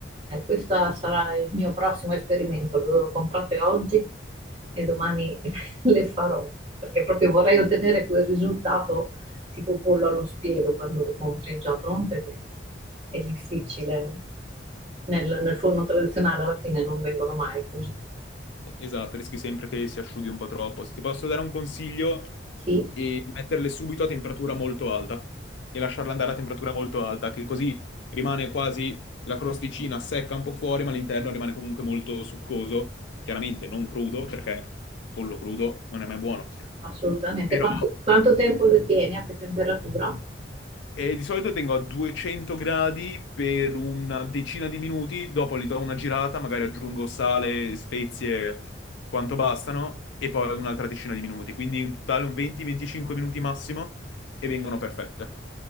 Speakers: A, on the right; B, on the left.
A: Eh, questo sarà il mio prossimo esperimento, lo lo comprate oggi e domani <laughs> le farò, perché proprio vorrei ottenere quel risultato tipo pollo allo spiedo quando le compri già pronte, che è difficile. Nel, nel forno tradizionale alla fine non vengono mai così.
B: Esatto, rischi sempre che si asciughi un po' troppo. Se ti posso dare un consiglio,
A: Sì,
B: è metterle subito a temperatura molto alta e lasciarle andare a temperatura molto alta, che così rimane quasi la crosticina secca un po' fuori, ma l'interno rimane comunque molto succoso. Chiaramente non crudo, perché pollo crudo non è mai buono.
A: assolutamente.
B: Però
A: Quanto, quanto tempo le tieni? A che temperatura?
B: E di solito tengo a 200 gradi per una decina di minuti, dopo li do una girata, magari aggiungo sale, spezie, quanto bastano, e poi un'altra decina di minuti. Quindi in totale un 20-25 minuti massimo e vengono perfette.